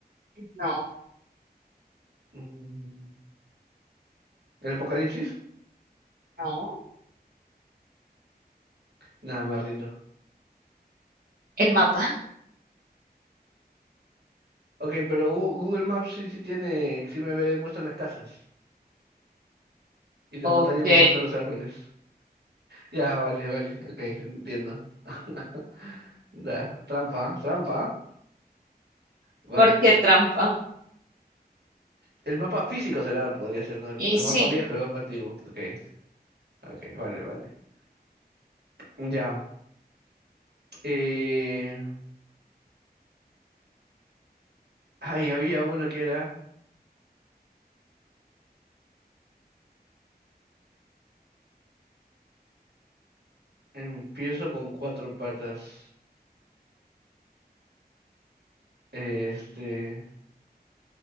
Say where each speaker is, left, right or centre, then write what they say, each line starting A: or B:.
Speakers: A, on the right; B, on the right.
A: No,
B: Mm, ¿El apocalipsis?
A: no.
B: Nada, me rindo.
A: El mapa.
B: Ok, pero Gu- Google Maps sí, sí tiene, sí me ve- muestra las casas. Y la
A: Ok.
B: montaña me muestra los árboles. Ya, vale, vale. Ok, entiendo. <laughs> Da, trampa, trampa. Vale.
A: ¿Por qué trampa?
B: El mapa físico será, podría ser, ¿no? El,
A: Y
B: el
A: sí.
B: mapa viejo, el mapa antiguo. Ok, ok, vale, vale. Ya. Eh... Ay, había uno que era. Empiezo con cuatro patas. Este.